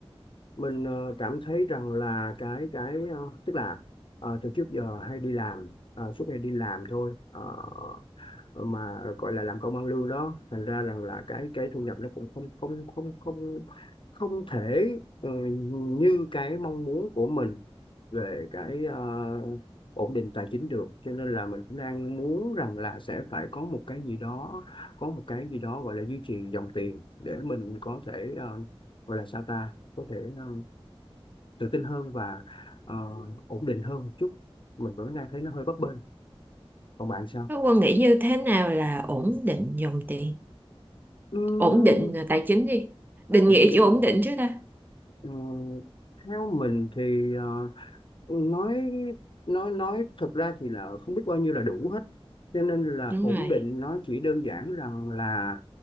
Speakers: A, on the left; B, on the right.
A: mình ờ, cảm thấy rằng là cái cái ờ, tức là ờ, từ trước giờ hay đi làm ờ, suốt ngày đi làm thôi. Ờ, mà gọi là làm công ăn lương đó thành ra rằng là cái cái thu nhập nó cũng không không không không không thể ờ, như cái mong muốn của mình về cái ờ, ổn định tài chính được cho nên là mình cũng đang muốn rằng là sẽ phải có một cái gì đó có một cái gì đó gọi là duy trì dòng tiền để mình có thể ờ, gọi là sao ta có thể ờ, tự tin hơn và ờ, ổn định hơn một chút mình vẫn đang thấy nó hơi bấp bênh còn bạn sao
B: Thế Quân nghĩ như thế nào là ổn định dòng tiền,
A: Ừm,
B: ổn định à, tài chính đi. Định
A: ổn
B: nghĩa
A: định
B: chữ ổn định chứ ta.
A: Ờ, theo mình thì ờ, nói nói nói thực ra thì là không biết bao nhiêu là đủ hết cho nên là
B: Đúng
A: ổn
B: rồi.
A: định nó chỉ đơn giản rằng là